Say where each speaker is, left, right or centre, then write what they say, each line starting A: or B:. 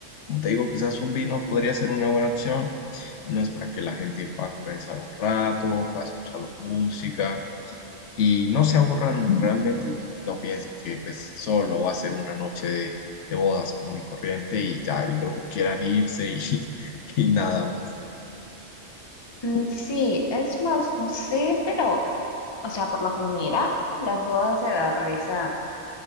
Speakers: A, on the left; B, on the left.
A: Como te digo, quizás un vino podría ser una buena opción, no es para que la gente pueda conversar un rato, pueda escuchar la música y no se aburran realmente y no piensen que pues solo va a ser una noche de, de bodas común y corriente y ya, y luego quieran irse y, <laughs> y nada más.
B: Mm, Sí, es más, no sé, pero, o sea, por lo general, las bodas se realizan